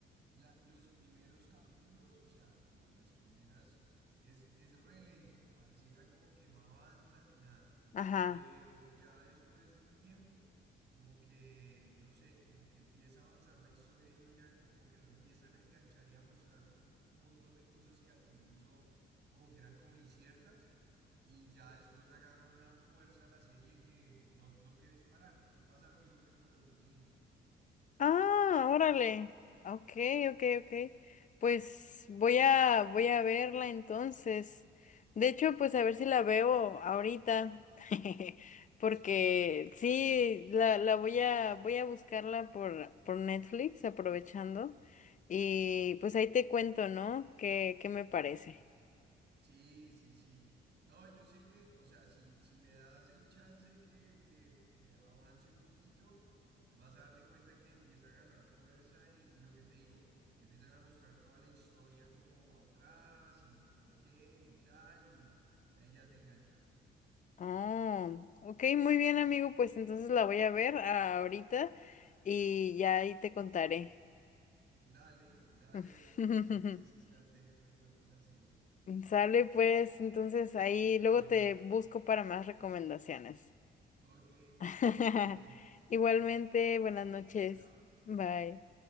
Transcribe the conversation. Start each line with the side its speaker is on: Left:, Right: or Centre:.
Right: la- los primeros capítulos, o sea, como las primeras, es, es re lento, pareciera como que no avanza ni nada,
Left: ajá.
Right: pero ya después de un tiempo, como que, no sé, como que empieza a avanzar la historia y uno ya, como que lo empiezan a enganchar y a mostrar un montón de cosas que al comienzo como que eran como inciertas. Y ya después agarra una fuerza la serie que no, no quieres parar. Te pasa lo mismo que con los vikingos.
Left: Ah, órale. Ok, ok, ok. Pues voy a voy a verla entonces. De hecho, pues a ver si la veo ahorita. <laughs> Porque
Right: <laughs>
Left: sí, la, la voy a voy a buscarla por, por Netflix, aprovechando. Y pues ahí te cuento, ¿no? ¿Qué, qué me parece?
Right: Sí, sí, sí. No, yo sé que, o sea, si, si le das el chance que, que, que avance un poquito, vas a darte cuenta que empieza a agarrar fuerza y, y lo que te digo, empiezan a mostrar toda la historia como atrás y por qué y tal, y, y ahí ya te enganchas.
Left: Oh, ok, muy bien, amigo. Pues entonces la voy a ver ahorita y ya ahí te contaré.
Right: Dale, dale,
Left: <laughs>
Right: dale, y me dices qué tal te, te fue con la serie.
Left: Sale pues, entonces ahí luego
Right: Bueno,
Left: te busco para más recomendaciones.
Right: ok,
Left: <laughs>
Right: que estés bien.
Left: Igualmente, buenas noches.
Right: Chao, chao.
Left: Bye.